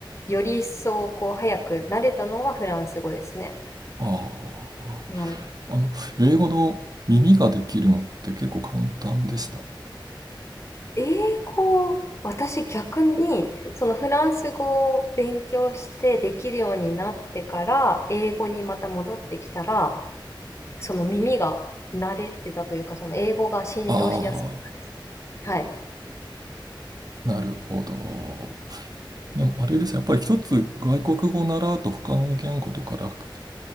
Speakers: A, on the left; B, on the right.
A: より一層こう早く慣れたのはフランス語ですね。
B: ああ、
A: はい。
B: あの、英語の耳ができるのって結構簡単でした。
A: 英語、私逆にそのフランス語を勉強してできるようになってから英語にまた戻ってきたら、その耳が慣れてたというか、その英語が浸透しやすくなるです。
B: あ
A: はい。
B: あ、なるほど。でもあれですね、やっぱり一つ外国語を習うと他の言語とか楽